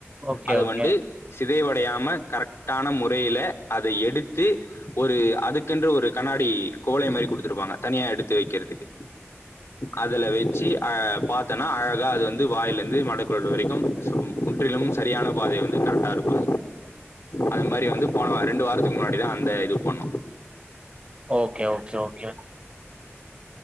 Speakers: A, on the right; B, on the left.
A: ஓகே
B: அத
A: ஓகே
B: வண்டு சிதைவடையாம கரெக்டான முறையில அத எடுத்து ஒரு அதுக்கென்ற ஒரு கண்ணாடி கோலை மாரி குடுத்துருப்பாங்க தனியா எடுத்து வக்றதுக்கு அதுல வச்சு அ பாத்தன்னா அழகா அது வந்து வாயில இருந்து மடக்குழல் வரைக்கு சும் முற்றிலுமும் சரியான பாதை வந்து கரெக்டா இருக்கு அந்த மாரி வந்து போன ரெண்டு வாரத்துக்கு முன்னாடிதா அந்த இது பண்ணோ
A: ஓகே ஓகே ஓகே